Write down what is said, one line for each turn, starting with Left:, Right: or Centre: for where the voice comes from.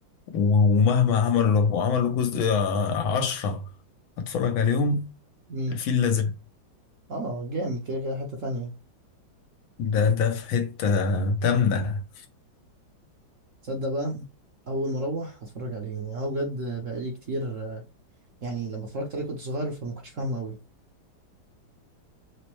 Left: و- ومهما عملوا وعملوا جزء عشرة هتفرج عليهم
Right: مين
Left: الفيل الأزرق
Right: اه جامد كده كده حتة تانية
Left: ده ده في حتة تامنة
Right: تصدق بقى اول ما اروح هتفرج عليه يعني هو بجد بقالي كتير آه، يعني لما اتفرجت عليه كنت صغير فما كنتش فاهمه قوي